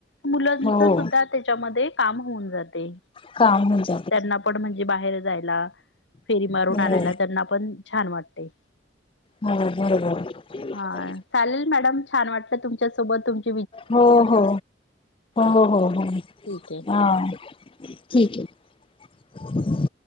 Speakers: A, on the left; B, on the left.
A: मुलांच
B: हो
A: सुद्धा त्याच्यामध्ये काम होऊन जाते
B: का म्हज
A: त्यांना पण म्हणजे बाहेर जायला फेरी मारून
B: हो.
A: आणायला त्यांना पण छान वाटतय
B: हो बरोबर
A: हा चालेल मॅडम छान वाटलं तुमच्यासोबत तुमच्या
B: हो हो हो हो
A: ठीक आहे.
B: हा ठीक हे